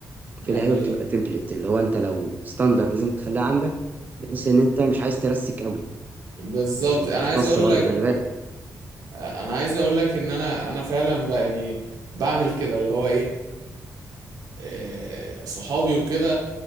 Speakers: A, on the right; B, on the right.
A: يعني
B: في لعيبه بتبقى تمبلت اللي هو انت لو ستاندرد لازم تخليها عندك بحيث ان انت مش عايز ترسك قوي
A: بالظبط
B: عشان ما
A: انا
B: تختص
A: عايز اقول
B: برضه
A: لك
B: خلي بالك
A: انا عايز اقول لك ان انا انا فعلا بقى يعني بعمل كده اللي هو ايه آه، صحابي وكده